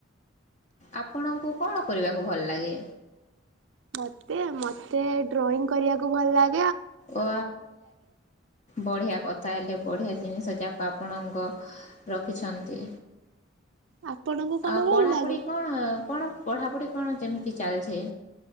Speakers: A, on the left; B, on the right.
A: ଆପଣଙ୍କୁ କଣ କରିବାକୁ ଭଲ ଲାଗେ।
B: ମତେ ମତେ ଡ୍ରଇଂ କରିବାକୁ ଭଲ ଲାଗ
A: ଓ ବଢିଆ କଥା ହେଲେ ବଢ଼ିଆ ଜିନିଷ ଯାକୁ ଆପଣଙ୍କ ରଖିଛନ୍ତି।
B: ଆପଣଙ୍କୁ କଣ
A: ଆଉ
B: ଭଲ
A: ପଢାପଢି
B: ଲାଗେ?
A: କଣ? କଣ ପଢାପଢି କଣ ଯେମିତି ଚାଲିଛ?